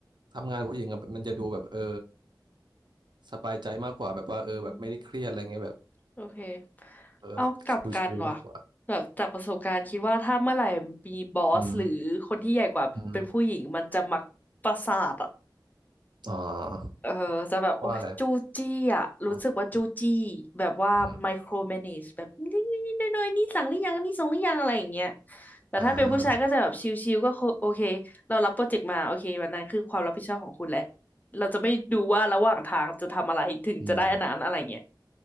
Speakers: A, on the right (about 70°); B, on the left (about 20°).
A: ทำงานผู้หญิงอะมันจะดูแบบเออสบายใจมากกว่าแบบว่าเออแบบไม่ได้เครียดอะไรเงี้ยแบบ
B: อืมโอเค
A: เออ
B: เอากลับกันว่ะ
A: ชิลๆมากกว่า
B: แบบจากประสบการณ์คิดว่าถ้าเมื่อไหร่มีบอสหรือคนที่ใหญ่กว่าเป็นผู้หญิงมันจะมักประสาทอ่ะ
A: อืมอืมอ่า
B: เออจะแบบโอ้ยจู้จี้อ่ะรู้สึกว่าจู้จี้แบบว่าไมโครแมเนจแบบนิดนิดน้อยนอยนี่สั่งหรือยังอันนี่ส่งหรือยังอะไรอย่างเงี้ย
A: เพราะว่าอะไร อ๋ออืม
B: แต่ถ้าเป็นผู้ชายก็จะแบบชิลๆก็คือโอเคเรารับโปรเจกต์มาโอเควันนั้นคือความรับผิดชอบของคุณแหละ
A: อ่า
B: เราจะไม่ดูว่าระหว่างทางจะทำอะไรถึงจะได้อันนั้นอะไรเงี้ย
A: อืม